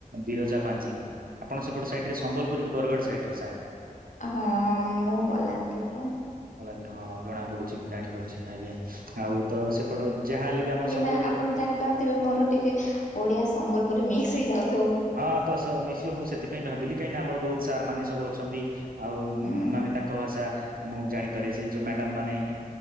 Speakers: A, on the right; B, on the left.
A: ବିରଜା ପାଞ୍ଜି ଆପଣ ସେପଟ ସାଇଡ ରେ ସମ୍ବଲପୁର କି ବରଗଡ଼ ସାଇଡ ର ସାଏଦ।
B: ହଁ ମୁଁ ବଲାଙ୍ଗୀର ର।
A: ବଲାଙ୍ଗିର ହଁ ଜଣା ପଡୁଛି ମୁଁ ଜାଣି ପାରୁଛି ଆଜ୍ଞା ଆଉ ତ ସେପଟ ଯାହା ହେଲେ ବି ଆମର ସବୁଆଡେ
B: ନାଁ ଆପଣ ଜାଣିପାରୁଥିବେ ମୋର ଟିକେ ଓଡିଆ ସମ୍ବଲପୁରୀ ମିକ୍ସ ହେଇଯାଉ
A: ହଁ ତ ସ ମିଶିବ ମୁଁ ସେଥିପାଇଁ ଭାବିଲି କାହିଁକି ନା ଆମର ବହୁତ୍ ସାର୍ ମାନେ ସବୁ ଅଛନ୍ତି। ଆଉ
B: ହୁଁ
A: ମାନେ ତାଙ୍କ ଭାଷା ମୁଁ ଜାଣିପାରେ ସେ ଯୋଉ ମ୍ୟାଡାମ ମାନେ